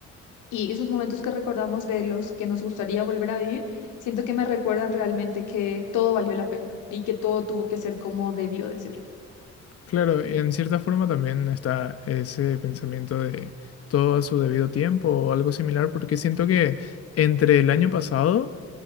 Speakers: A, on the left (about 80°); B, on the left (about 50°).
A: y esos momentos que recordamos de los que nos gustaría volver a vivir, siento que me recuerdan realmente que todo valió la pena y que todo tuvo que ser como debió de ser.
B: claro, y en cierta forma también está ese pensamiento de todo a su debido tiempo o algo similar, porque siento que entre el año pasado